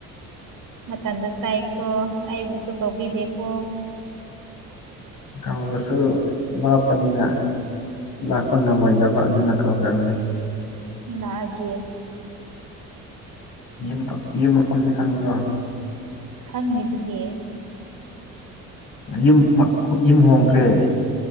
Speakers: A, on the right (about 50°); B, on the left (about 55°).
A: ꯃꯊꯟꯇ ꯆꯥꯏꯀꯣ ꯑꯩꯕꯨꯁꯨ ꯀꯧꯕꯤꯗꯦꯀꯣ
B: ꯀꯧꯔꯁꯨ ꯂꯥꯞꯄꯅꯤꯅ ꯂꯥꯛꯄ ꯉꯝꯃꯣꯏꯗꯕ ꯑꯗꯨꯅ ꯀꯧꯈ꯭ꯔꯕꯅꯤ
A: ꯂꯥꯛꯑꯒꯦ
B: ꯌꯨꯝ ꯌꯨꯝ ꯃꯐꯝꯗꯤ ꯈꯪꯕ꯭ꯔꯣ
A: ꯈꯪꯉꯤꯗꯨꯗꯤ
B: ꯌꯨꯝ ꯌꯨꯝ ꯍꯣꯡꯈ꯭ꯔꯦ